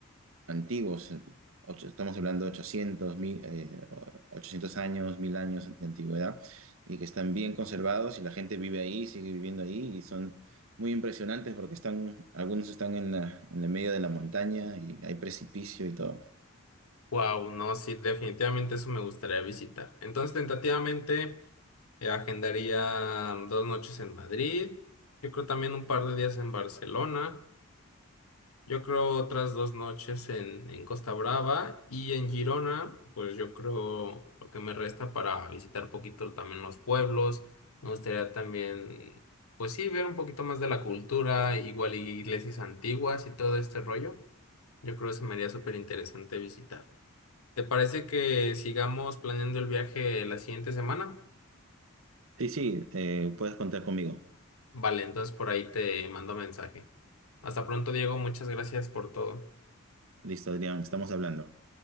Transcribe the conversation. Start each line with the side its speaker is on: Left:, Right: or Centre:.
Right: antiguos, eh, ocho- estamos hablando de 800, mi- eh, 800 años, 1000 años de antigüedad, y que están bien conservados y la gente vive ahí, sigue viviendo ahí, y son muy impresionantes porque están, algunos están en la- en el medio de la montaña y hay precipicio y todo.
Left: Wow, no, sí, definitivamente eso me gustaría visitar. Entonces, tentativamente, eh, agendaría mm, dos noches en Madrid. Yo creo también un par de días en Barcelona. Yo creo otras dos noches en, en Costa Brava y en Girona, pues yo creo lo que me resta para visitar poquito también los pueblos. Me gustaría también, pues sí, ver un poquito más de la cultura, igual y iglesias antiguas y todo este rollo. Yo creo que se me haría súper interesante visitar. ¿Te parece que sigamos planeando el viaje la siguiente semana?
Right: Sí, sí, eh, puedes contar conmigo.
Left: Vale, entonces por ahí te mando mensaje. Hasta pronto, Diego. Muchas gracias por todo.
Right: Listo, Adrián, estamos hablando.